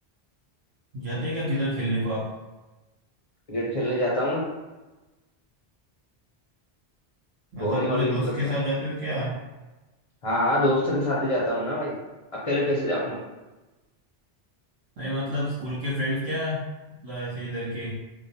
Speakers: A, on the right; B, on the left.
A: जाते हैं क्या किधर खेलने को आप
B: क्रिकेट खेलने जाता हूँ ना
A: मतलब
B: बॉलिंग
A: पूरे
B: वॉलिंग
A: दोस्त
B: पकड़ता
A: के साथ
B: हूँ
A: जाते हो क्या
B: हाँ हाँ दोस्तों के साथ ही जाता हूँ ना भाई अकेले कैसे जाऊंगा
A: नहीं मतलब स्कूल के फ्रेंड्स क्या मतलब ऐसे इधर के